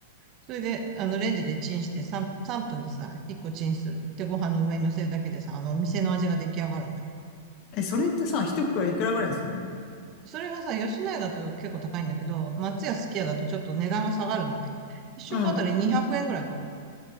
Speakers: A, on the right (about 40°); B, on the left (about 45°).
A: それで、あの、レンジでチンして3、3分でさ、1個チンする。で、ご飯の上に乗せるだけでさ、あの、店の味が出来上がるのよ。
B: え、それってさ、一袋いくらぐらいするの
A: それがさ、吉野家だと結構高いんだけど、松屋すき家だとちょっと値段が下がるのね。一食あたり200円ぐらいかな。
B: う